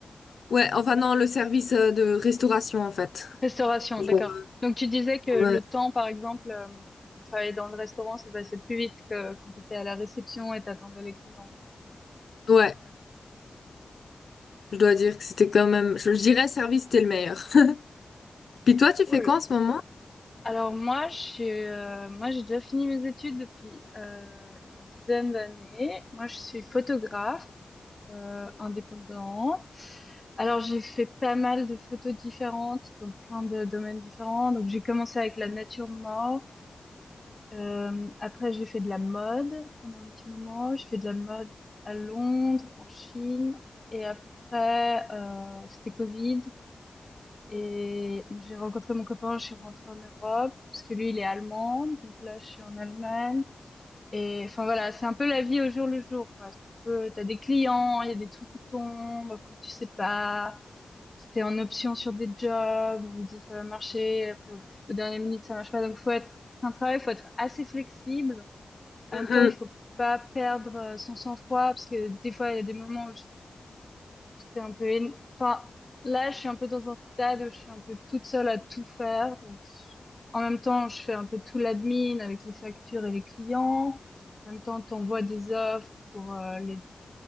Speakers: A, on the left; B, on the left.
A: Ouais, enfin, non, le service euh, de restauration, en fait.
B: Restauration,
A: Genre,
B: d'accord.
A: euh,
B: Donc tu disais que le
A: ouais,
B: temps, par exemple, euh, de travailler dans le restaurant, ça passait plus vite que quand tu étais à la réception et t'attendais les clients.
A: ouais, je dois dire que c'était quand même, je, je dirais service, c'était le meilleur. <laughs> Puis toi, tu
B: Cool.
A: fais quoi en ce moment?
B: Alors moi, je suis, euh, moi j'ai déjà fini mes études depuis euh, une dizaine d'années. Moi, je suis photographe euh, indépendante. Alors, j'ai fait pas mal de photos différentes, donc plein de domaines différents. Donc, j'ai commencé avec la nature morte. Euh, après, j'ai fait de la mode pendant un petit moment. J'ai fait de la mode à Londres, en Chine. Et après, euh, c'était Covid. Et j'ai rencontré mon copain, je suis rentrée en Europe, parce que lui, il est allemand. Donc là, je suis en Allemagne. Et enfin voilà, c'est un peu la vie au jour le jour, quoi. C'est un peu, t'as des clients, il y a des trucs qui tombent, après tu sais pas. C'était en option sur des jobs, on te dit ça va marcher, après au au dernier minute ça marche pas. Donc faut être, c'est un travail, faut être assez flexible. En
A: Mhm.
B: même temps, il faut pas perdre euh, son sang-froid parce que des fois il y a des moments où j'ai J'étais un peu... éne- Enfin, là, je suis un peu dans un stade où je suis un peu toute seule à tout faire. Donc, je- en même temps, je fais un peu tout l'admin avec les factures et les clients. En même temps, t'envoies des offres pour euh, les